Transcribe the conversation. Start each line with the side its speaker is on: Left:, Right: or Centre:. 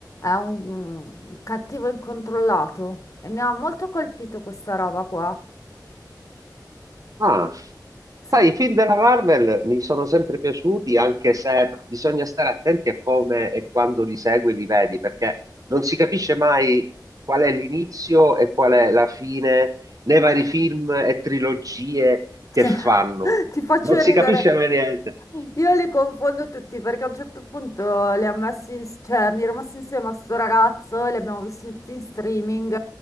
Left: un, un cattivo incontrollato e mi ha molto colpito questa roba qua.
Right: Ah,
Left: Se-
Right: sai, i film della Marvel mi sono sempre piaciuti, anche se bisogna stare attenti a come e quando li segui e li vedi, perché non si capisce mai qual è l'inizio e qual è la fine nei vari film e trilogie
Left: <laughs>
Right: che
Left: se-
Right: fanno.
Left: ti faccio
Right: Non si
Left: ridere.
Right: capisce mai niente.
Left: Io li confondo tutti perché a un certo punto li ha messi in- cioè, mi ero messa insieme a questo ragazzo e li abbiamo visti tutti in streaming